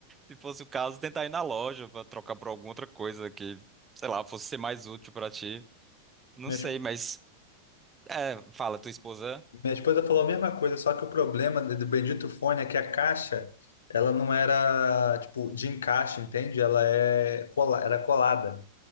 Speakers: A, on the right; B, on the left.
A: Se fosse o caso, tentar ir na loja pra trocar por alguma outra coisa que, sei lá, fosse ser mais útil pra ti. Não
B: Minhas
A: sei, mas é, fala, tua esposa,
B: Minha esposa falou a mesma coisa, só que o problema do do bendito fone é que a caixa, ela não era, tipo, de encaixe, entende? Ela é cola, era colada.